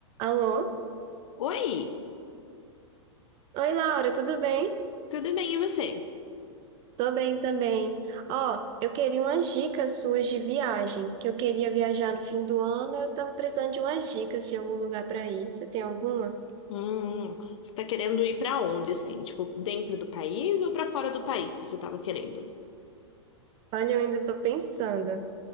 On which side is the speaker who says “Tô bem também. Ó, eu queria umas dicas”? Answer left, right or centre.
Right